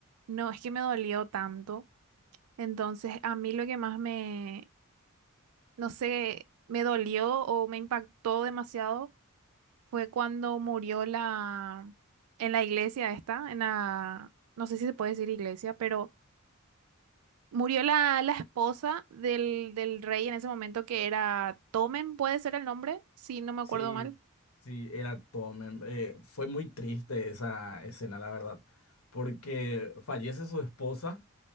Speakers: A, on the right (about 80°); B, on the left (about 70°).
A: no, es que me dolió tanto. Entonces, a mí lo que más me, no sé, me dolió o me impactó demasiado fue cuando murió la, en la iglesia esta, en la, no sé si se puede decir iglesia, pero Murió la, la esposa del, del rey en ese momento que era Tomen, puede ser el nombre, si no me
B: Sí,
A: acuerdo mal.
B: sí, era Tommen. Eh, fue muy triste esa escena, la verdad, porque fallece su esposa.